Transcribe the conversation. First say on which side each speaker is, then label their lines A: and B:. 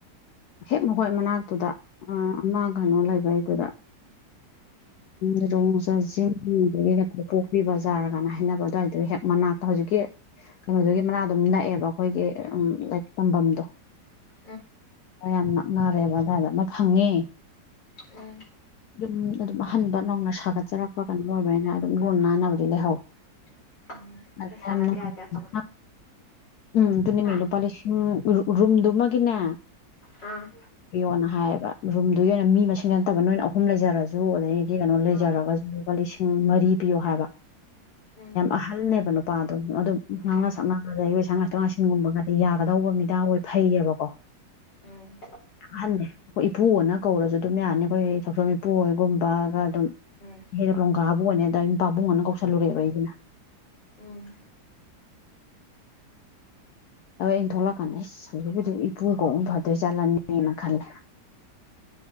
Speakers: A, on the left (about 65°); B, on the left (about 80°).
A: ꯍꯦꯛ ꯃꯈꯣꯏ ꯃꯅꯥꯛꯇꯨꯗ ꯑꯃ ꯀꯩꯅꯣ ꯂꯩꯕꯩꯗꯨꯗ ꯎꯝꯗꯣꯡꯉꯁꯨ ꯆꯤꯡꯗꯒꯤ ꯀꯩꯅꯣ ꯄꯣꯛꯄꯤꯕꯖꯥꯔꯒꯅ ꯍꯥꯏꯅꯕ ꯑꯗꯨꯋꯥꯏꯗꯣ ꯍꯦꯛ ꯃꯅꯥꯛꯇ ꯍꯧꯖꯤꯛꯀꯤ ꯀꯩꯅꯣꯗꯨꯒꯤ ꯃꯅꯥꯛꯇ ꯑꯗꯨꯝ ꯅꯛꯑꯦꯕ ꯑꯩꯈꯣꯏꯒꯤ ꯎ ꯂꯥꯏꯔꯤꯛ ꯇꯝꯐꯝꯗꯣ
B: <unintelligible>
A: ꯌꯥꯝ ꯅꯛꯅꯔꯦꯕ ꯑꯗꯨꯋꯥꯏꯗ ꯑꯃ ꯐꯪꯉꯤ
B: ꯎꯝ
A: ꯌꯨꯝ ꯑꯗꯨꯝ ꯑꯍꯟꯕ ꯅꯧꯅ ꯁꯥꯒꯠꯆꯔꯛꯄ ꯀꯩꯅꯣ ꯑꯣꯏꯕꯅꯤꯅ ꯑꯗꯨꯝ ꯂꯣꯟ ꯅꯥꯟꯅꯕꯗꯤ ꯂꯩꯍꯧꯋ
B: <unintelligible>
A: ꯑ
B: ꯄꯩꯁꯥꯅ ꯀꯌꯥ ꯀꯌꯥ ꯀꯃꯥꯏ
A: ꯎꯝ ꯑꯗꯨꯅꯦꯃꯤꯂꯣꯄꯥꯂꯤꯁꯤꯡ
B: ꯍꯥ
A: ꯔꯨꯝꯗꯨꯃꯒꯤꯅꯦ
B: ꯎꯝ
A: ꯄꯌꯣꯅ ꯍꯥꯏꯌꯦꯕ ꯔꯨꯝꯗꯨꯒꯤ ꯑꯣꯏꯅ ꯃꯤ ꯃꯁꯤꯡ ꯅꯠꯇꯕ ꯅꯣꯏꯅ ꯑꯍꯨꯝ ꯂꯩꯖꯔꯁꯨ ꯑꯗꯩꯗꯤ ꯀꯩꯅꯣ ꯂꯩꯖꯔꯒꯁꯨ
B: ꯑꯥ
A: ꯂꯨꯄꯥ ꯂꯤꯁꯤꯡ ꯃꯔꯤ ꯄꯤꯌꯣ ꯍꯥꯏꯕ
B: ꯎꯝ
A: ꯑꯍꯟꯅꯦꯕ ꯅꯨꯄꯥꯗꯣ ꯑꯗꯨꯝ ꯉꯥꯡꯅ
B: ꯎꯝ
A: ꯁꯛꯅꯕꯗ ꯑꯩꯈꯣꯏꯁꯪ ꯉꯥꯏꯊꯣꯛ ꯉꯥꯏꯁꯤꯟꯒꯨꯝꯕꯒꯗꯤ ꯌꯥꯒꯗꯧꯕ ꯃꯤꯗꯥ ꯑꯣꯏ ꯐ ꯍꯩꯌꯦꯕ ꯀꯣ
B: ꯎꯝ
A: ꯑꯍꯟꯂꯦ ꯑꯩꯈꯣꯏ ꯏꯄꯨꯅ ꯀꯧꯔꯁꯨ ꯑꯗꯨꯝ ꯌꯥꯅꯤ ꯑꯩꯈꯣꯏ ꯊꯧꯁꯣꯝ ꯏꯄꯨ ꯍꯣꯏꯒꯨꯝꯕꯒ ꯑꯗꯨꯝ
B: ꯎꯝ
A: ꯑꯩꯗꯣ ꯂꯣꯡꯒꯥꯕꯨ ꯑꯣꯏꯅꯅꯦ ꯑꯗ ꯑꯩ ꯄꯥꯕꯨꯡꯅ ꯀꯧꯁꯜꯂꯨꯔꯦꯕ ꯑꯩꯒꯤꯅ
B: ꯎꯝ
A: ꯍꯣꯏ ꯑꯩꯅ ꯊꯣꯛꯂꯛꯀꯥꯟꯅꯤ ꯏꯁꯁ ꯍꯧꯖꯤꯛꯕꯨꯗꯤ ꯏꯄꯨꯒꯎꯝ ꯐꯗꯣꯏ ꯆꯥꯠꯂꯅꯤꯅ ꯈꯜꯂꯦ